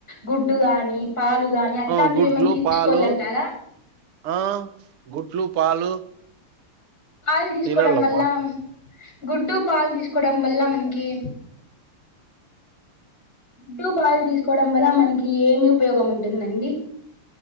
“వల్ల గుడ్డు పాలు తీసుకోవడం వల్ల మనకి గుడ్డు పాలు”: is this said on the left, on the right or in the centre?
Left